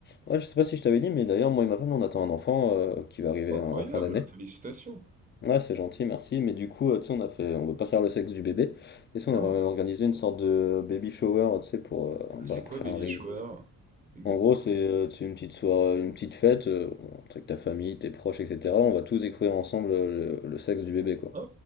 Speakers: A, on the left; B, on the right.
A: Ouais, je sais pas si je t'avais dit, mais d'ailleurs, moi et ma femme, on attend un enfant euh, qui va arriver
B: Incroyable,
A: en en fin d'année.
B: félicitations.
A: Ouais, c'est gentil, merci. Mais du coup, euh, tu sais, on a fait, on veut pas savoir le sexe du bébé. Et ça,
B: Ah,
A: on aimerait organisé une sorte de baby shower, euh, tu sais, pour, euh, bah,
B: c'est quoi
A: pour faire
B: baby
A: un réveil.
B: shower? Exactement.
A: En gros, c'est euh, tu sais, une petite soirée, une petite fête, euh, avec ta famille, tes proches, etc. On va tous découvrir ensemble euh, le, le sexe du bébé, quoi.
B: Ah,